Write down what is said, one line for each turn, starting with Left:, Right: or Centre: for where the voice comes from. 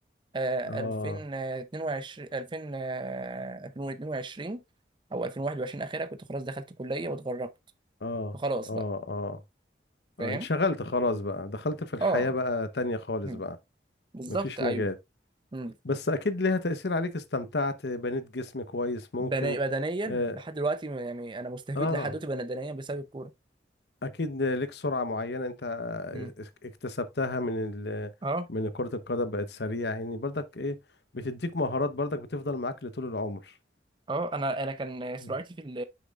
Right: آه،
Left: اه
Right: 2022 2000 آه، 2022 او 2021 اخرها كنت خلاص دخلت كليه واتغربت
Left: اه
Right: فخلاص
Left: اه
Right: بقى
Left: اه آه،
Right: فاهم
Left: انشغلت خلاص بقى دخلت في الحياة
Right: اه
Left: بقى تانية خالص
Right: مم.
Left: بقى
Right: بالظبط
Left: مفيش
Right: ايوه
Left: مجال
Right: مم.
Left: بس اكيد ليها تأثير عليك استمتعت بنيت جسم كويس ممكن
Right: بنا- بدنيا
Left: اه,
Right: لحد دلوقتي يعني انا مستفيد
Left: آه
Right: لحد دلوقتي بدنيا بسبب الكوره
Left: اكيد ليك سرعة معينة انت
Right: مم.
Left: اكتسبتها من ال
Right: اه
Left: من كرة القدم بقت سريعة يعني برضك ايه بتديك مهارات برضك بتفضل معاك لطول العمر
Right: اه انا انا كان سرعتي
Left: مم.
Right: في ال